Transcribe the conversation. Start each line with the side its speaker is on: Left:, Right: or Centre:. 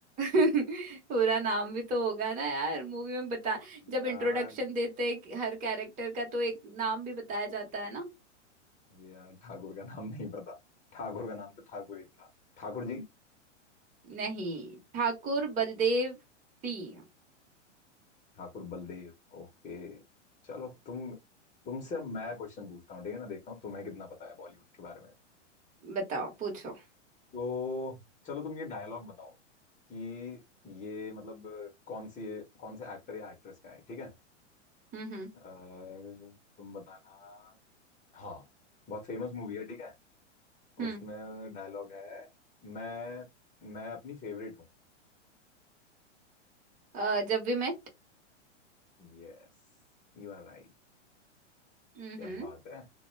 Right: पूरा नाम भी तो होगा ना यार मूवी में बता
Left: यार
Right: जब इंट्रोडक्शन देते हैं कि हर कैरेक्टर का तो एक नाम भी बताया जाता है ना
Left: यार ठाकुर का नाम नहीं पता ठाकुर का नाम तो ठाकुर ही था ठाकुर जी
Right: नहीं ठाकुर बलदेव सिंह
Left: ठाकुर बलदेव ओके चलो तुम तुमसे अब मैं क्वेश्चन पूछता हूँ ठीक है ना देखता हूँ तुम्हें कितना पता है बॉलीवुड के बारे में
Right: बताओ पूछो
Left: तो चलो तुम ये डायलॉग बताओ कि ये मतलब कौन सी कौन से एक्टर या एक्ट्रेस का है ठीक है
Right: हम्म
Left: अ, तुम बताना हाँ बहुत फेमस मूवी है ठीक है
Right: हम्म
Left: उसमें डायलॉग है मैं मैं अपनी फेवरेट हूँ
Right: अ, जब वी मेट
Left: Yes you are right
Right: हम्म
Left: क्या बात है